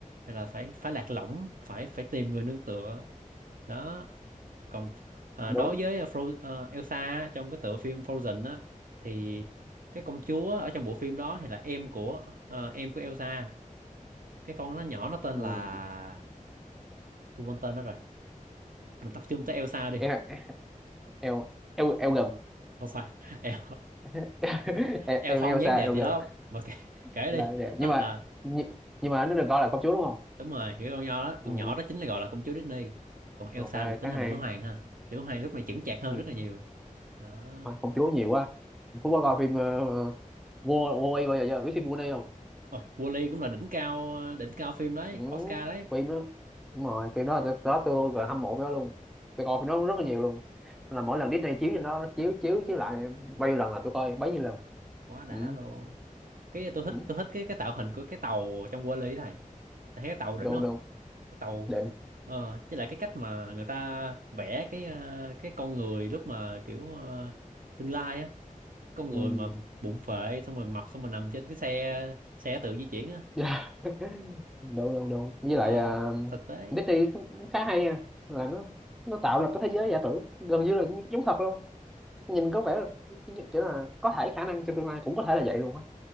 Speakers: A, on the right; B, in the centre.
A: gọi là phải phải lạc lõng phải phải tìm người nương tựa đó còn à,
B: đúng
A: đối với ờ, Fro à, Elsa á, trong cái tựa phim Frozen á thì cái công chúa ở trong bộ phim đó thì là em của à, em của Elsa cái con nó nhỏ nó tên
B: ừ.
A: là tôi quên tên nó rồi mình tập trung tới Elsa đi
B: em eo em em gần
A: không phải <laughs> El
B: <laughs> em
A: El
B: em
A: thon
B: eo
A: dáng
B: xa
A: đẹp
B: eo
A: gì
B: gần
A: đó mà kể, kể
B: Trả
A: đi
B: đẹp nhưng
A: nó
B: mà
A: à,
B: nhưng, nhưng mà nó được gọi là công chúa đúng không
A: đúng rồi thì cái con nhỏ đó con
B: ừ,
A: nhỏ đó chính là gọi là công chúa Disney còn Elsa
B: ok
A: được tính
B: khá
A: là
B: hay
A: nữ hoàng ha nữ hoàng lúc này chững chạc hơn
B: ừ,
A: rất là nhiều đó
B: thôi, công chúa nhiều quá Phú có coi phim ờ, vua vua Quay bao giờ chưa biết phim vua này không
A: Ôi, Wall-E cũng là đỉnh cao đỉnh cao phim đấy,
B: ừ,
A: Oscar đấy.
B: phim đó đúng rồi phim đó tôi đó tôi luôn rồi hâm mộ phim đó luôn tôi coi phim đó rất là nhiều luôn là mỗi lần Disney chiếu trên nó chiếu chiếu chiếu lại bao nhiêu lần là tôi coi bấy nhiêu lần
A: Quá đã
B: ừ,
A: luôn. Cái tôi thích
B: ừ,
A: tôi thích cái cái tạo hình của cái tàu trong Wall-E này. Thầy thấy cái tàu đỉnh
B: đúng
A: không?
B: đúng
A: Cái tàu
B: định
A: ờ chứ lại cái cách mà người ta vẽ cái ờ, cái con người lúc mà kiểu ờ, tương lai á, con
B: ừ.
A: người mà bụng phệ xong rồi mập xong rồi nằm trên cái xe xe tự di chuyển á.
B: dạ <laughs> đúng đúng đúng với
A: Ờ,
B: lại à,
A: thực tế
B: Disney cũng khá hay nha là nó nó tạo ra cái thế giới giả tưởng gần như là như- giống thật luôn nhìn có vẻ là kiểu là có thể khả năng trong tương lai cũng có thể là vậy luôn á